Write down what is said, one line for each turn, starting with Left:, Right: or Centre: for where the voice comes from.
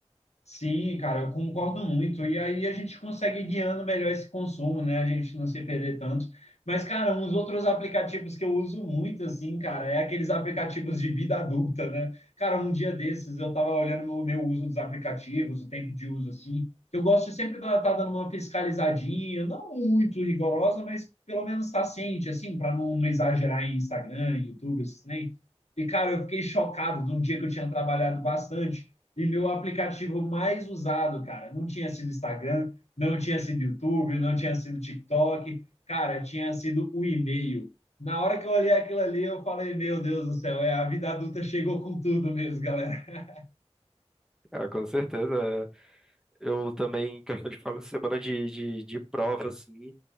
Left: Sim, cara, eu concordo muito. E aí a gente consegue ir guiando melhor esse consumo, né? A gente não se perder tanto. Mas, cara, uns outros aplicativos que eu uso muito, assim, cara, é aqueles aplicativos de vida adulta, né? Cara, um dia desses eu tava olhando o meu, meu uso dos aplicativos, o tempo de uso, assim. Eu gosto de sempre estar dando uma fiscalizadinha, não muito rigorosa, mas pelo menos estar ciente, assim, para não, não exagerar em Instagram, YouTube, esses trem. E, cara, eu fiquei chocado de um dia que eu tinha trabalhado bastante. E meu aplicativo mais usado, cara, não tinha sido Instagram, não tinha sido YouTube, não tinha sido TikTok, cara, tinha sido o e-mail. Na hora que eu olhei aquilo ali, eu falei: Meu Deus do céu, é, a vida adulta chegou com tudo mesmo, galera.
Centre: Ah, com certeza. é. Eu também, em questão de facu- semana de, de, de prova, assim,